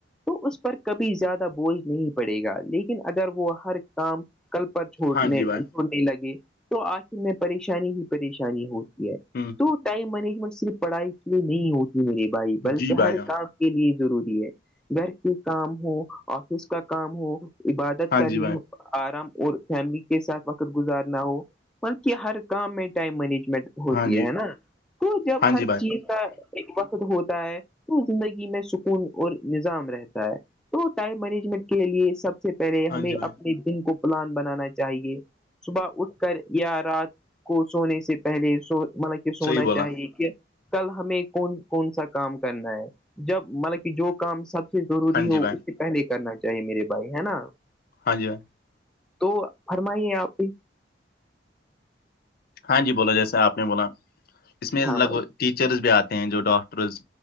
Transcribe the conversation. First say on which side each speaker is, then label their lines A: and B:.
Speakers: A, in the centre; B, on the left (about 55°).
A: تو اس پر کبھی زیادہ بوجھ نہیں پڑے گا لیکن اگر وہ ہر کام کل پر چھوڑنے
B: ہاں جی بھائی
A: چھوڑنے لگے تو آخر میں پریشانی ہی پریشانی ہوگی
B: ہ
A: تو ٹائم مینجمنٹ صرف پڑھائی کے لیے نہیں ہوتی میرے بھائی بلکہ
B: جی بھائی
A: ہر کام کے لیے ضروری ہے گھر کے کام ہو آفس کا کام ہو عبادت
B: ہاں
A: کرنی
B: جی بھائی
A: ہو آرام اور فیملی کے ساتھ وقت گزارنا ہو مطلب ہر کام میں ٹائم مینجمنٹ ہوتی
B: ہاں جی
A: ہے نا تو جب
B: ہاں
A: ہر
B: جی بھائی
A: چیز کا ایک وقت ہوتا ہے تو زندگی میں سکون اور نظام رہتا ہے تو ہوتا ہے مینجمنٹ کے لیے سب سے پہلے
B: ہاں
A: ہمیں
B: جی بھائی
A: اپنے دن کو پلان بنانا چاہیے صبح اٹھ کر یا رات کو سونے سے پہلے سو مطلب کہ سونا
B: صحیح بولا
A: چاہیے کہ کل ہمیں کون کون سا کام کرنا ہے جب مطلب کہ جو کام سب ضروری
B: ہاں جی
A: ہو
B: بھائی
A: اس سے پہلے کرنا چاہیے میرے بھائی ہے نا
B: ہاں جی ہاں
A: تو فرمائیے آپ کی
B: ہاں جی بولا جیسا آپ نے بولا اس میں لگ
A: ہاں بھائی
B: بھگ ٹیچرز بھی آتے ہیں جو ڈاکٹرز